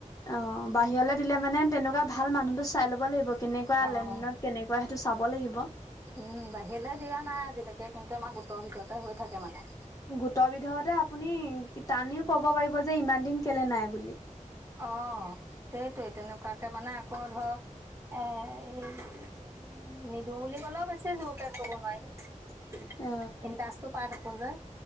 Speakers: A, on the left; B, on the right.
A: অ বাহিৰলে দিলে মানে তেনেকুৱা ভাল মানুহতো চাই ল'ব লাগিব কেনেকুৱা
B: অঁ
A: লেনদেনত। কেনেকুৱা সেইটো চাব লাগিব।
B: উম বাহিৰলে দিয়া নাই আজিলেকে কিন্তু আমাৰ গোটৰ ভিতৰতে হৈ থাকে মানে।
A: গোটৰ ভিতৰতে আপুনি টানিও কব পাৰিব যে ইমান দিন কেলে নাই বুলি।
B: অ সেইটোৱে তেনেকুৱাকে মানে আকৌ ধৰ- এ এই নিদো বুলি কলো বেছি জোৰকে ক'ব নোৱাৰি
A: অ
B: ইনটাষ্টটো পাই থাকো যে